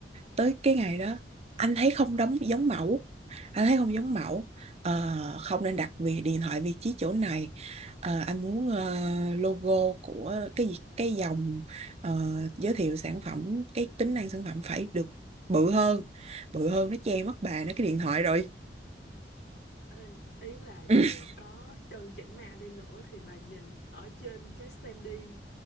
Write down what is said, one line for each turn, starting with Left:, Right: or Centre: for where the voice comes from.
Right: tới cái ngày đó anh thấy không đóng giống mẫu anh thấy không giống mẫu Ờ, không nên đặt vì điện thoại vị trí chỗ này Ờ, anh muốn ờ, logo của cái gì- cái dòng ờ, giới thiệu sản phẩm cái tính năng sản phẩm phải được bự hơn bự hơn nó che mất bà nó cái điện thoại rồi
Left: ê, ý là
Right: <laughs>
Left: dù có cân chỉnh màu đi nữa thì bà nhìn ở trên cái standee